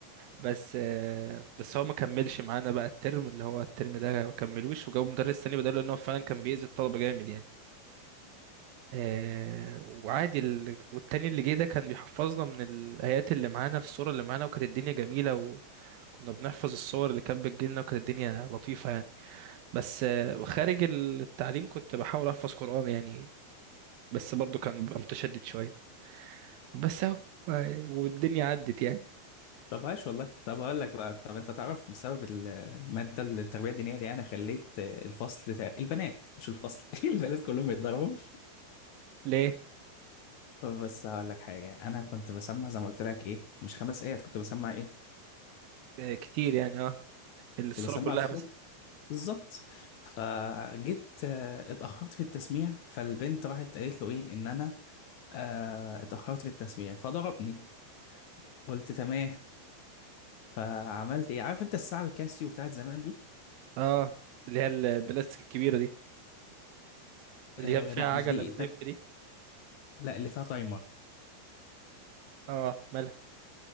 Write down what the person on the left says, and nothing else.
طب عاش والله طب هقول لك بقى طب انت تعرف بسبب ال- المادة التربية الدينية دي انا خليت الفصل تق- البنات مش الفصل <laughs> البنات كلهم يتضربوا
بص هقول لك حاجة أنا كنت بسمع زي ما قلت لك إيه مش خمس آيات كنت بسمع إيه
كنت بسمع
الصوت
بالظبط فجيت آه، اتأخرت في التسميع فالبنت راحت قالت له إيه إن أنا آه، اتأخرت في التسميع فضربني قلت تمام فعملت إيه عارف أنت الساعة الكاسيو بتاعت زمان دي
آه
لا
مش دي
التانية
لا اللي فيها تايمر